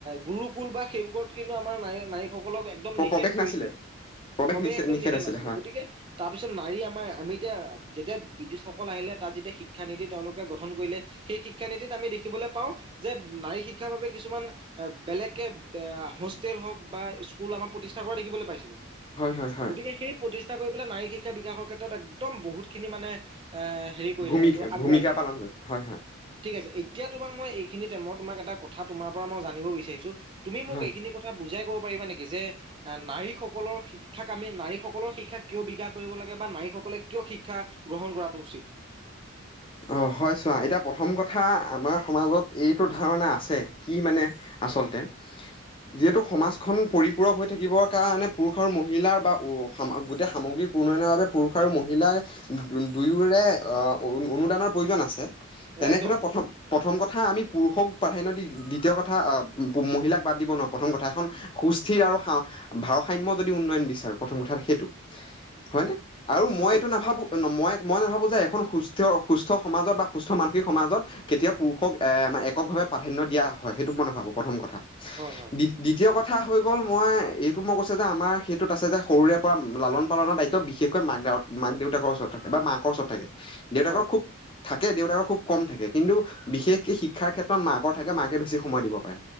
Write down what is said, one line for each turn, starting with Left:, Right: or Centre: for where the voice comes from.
Right: গুৰুকুল বা সেই বোৰত কিন্তু আমাৰ নাৰী নাৰীসকলক এক একদম
Left: প্ৰ-
Right: নিষেধ
Left: প্ৰৱেশ
Right: কৰিছিলে।
Left: নাছিলে
Right: প্ৰৱেশ
Left: নিষে
Right: একদম নিষেধ
Left: আছিলে
Right: নাছিলে,
Left: হয়
Right: গতিকে তাৰ পিছত নাৰী আমাৰ আমিতিয়া, যেতিয়া ব্ৰিটিছসকল আহিলে। তাত যেতিয়া, শিক্ষা নীতি তেওঁলোক গঠন কৰিলে সেই শিক্ষা নীতিত আমি দেখিবলৈ পাওঁ যে, নাৰী শিক্ষাৰ বাবে কিছুমান বেলেগকে হোষ্টেল হওঁক বা স্কুল আমাৰ প্ৰতিষ্ঠা কৰা দেখিবলৈ পাইছিলো।
Left: হয় হয় হয়
Right: গতিকে, সেই প্ৰতিষ্ঠা কৰি পেলাই নাৰী শিক্ষা বিকাশৰ ক্ষেত্ৰত একদম বহুত খিনি মানে এ হেৰি কৰিলে,
Left: ভূমি
Right: এইটো আগুৱাই
Left: ভূমিকা
Right: দিলে।
Left: পালন কৰিছে হয়, হয়।
Right: ঠিকআছে, এতিয়া তোমাক মই এইখিনি টাইমত, মই তোমাক এটা কথা তোমাৰ পৰা মই জানিব বিচাৰিছোঁ। তুমি মোক
Left: হয়
Right: এইখিনি কথা বুজাই ক'ব পাৰিবা নেকি? যে আ, নাৰীসকলৰ শিক্ষাক আমি, নাৰীসকলৰ শিক্ষা কিয় বিকাশ কৰিব লাগে বা নাৰীসকলে কিয় শিক্ষা গ্ৰহণ কৰাটো উচিত।
Left: অ', হয় চোৱা। এতিয়া প্ৰথম কথা, আমাৰ সমাজত এইটো ধাৰণা আছে কি মানে আচলতে যিহেতু, সমাজখন পৰিপূৰক হৈ থাকিবৰ কাৰণে পুৰুষ আৰু মহিলাৰ বা গোটেই সামগ্ৰীক উনয়নৰ বাবে পুৰুষ আৰু মহিলাই দু দুয়োৰে আ, অৰুণ অনুদানৰ প্ৰয়োজন আছে। তেনেক্ষেত্ৰত
Right: একদম
Left: প্ৰথম প্ৰথম কথা, আমি পুৰুষক পাধাইন দি, দ্বিতীয় কথা মহিলাক বাদ দিব নোৱাৰোঁ। প্ৰথম কথা এখন সুস্থিৰ আৰু সাও, ভাৰসাম্য যদি উন্নয়ন বিচাৰো, প্ৰথম কথা সেইটো। হয় নে? আৰু মই
Right: হয়
Left: এইটো নাভাবো মই, মই নাভাবো যে এখন সুচ তেওঁৰ সুস্থ সমাজত বা সুস্থ মানসিক সমাজত কেতিয়াও পুৰুষক এ মানে এককভাৱে প্ৰাধান্য দিয়া হয়, সেইটো মই নাভাবো প্ৰথম কথা।
Right: হয়, হয়।
Left: দ্বিতীয় কথা হৈ গ'ল- মই এইটো মই কৈছে যে আমাৰ সে ত'ত আছে যে সৰুৰে পৰা লালন পালনৰ দায়িত্ব বিশেষকৈ মাক দাউত, মাক দেউতাকৰ ওচৰত থাকে বা মাক ওচৰত থাকে। দেউতাকৰ
Right: হয়
Left: খুব থাকে, দেউতাকৰ খুব কম থাকে। কিন্তু বিশেষকৈ শিক্ষাৰ ক্ষেত্ৰত মাকৰ থাকে, মাকে বেছি সময় দিব পাৰে।